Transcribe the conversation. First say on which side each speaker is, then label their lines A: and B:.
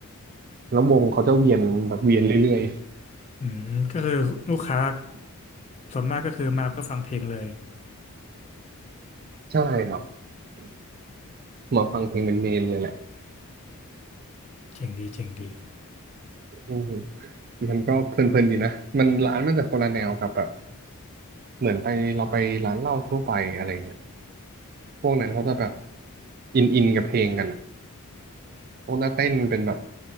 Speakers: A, on the right; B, on the left.
A: แล้ววงเขาจะเวียนแบบเวียนเรื่อย
B: อืมก็คือลูกค้าส่วนมากก็คือมาเพื่อฟังเพลงเลย
A: ๆ ใช่ครับมาฟังเพลงเป็นเมนเลยแหละ
B: เจ๋งดีเจ๋งดี
A: อืมมันก็เพลินๆดีนะ มันร้านมันจะคนละแนวกับแบบเหมือนไปเราไปร้านเหล้าทั่วไปอะไรเงี้ย พวกนั้นเขาจะแบบอินอินกับเพลงกันอะพวกนักเต้นเป็นแบบ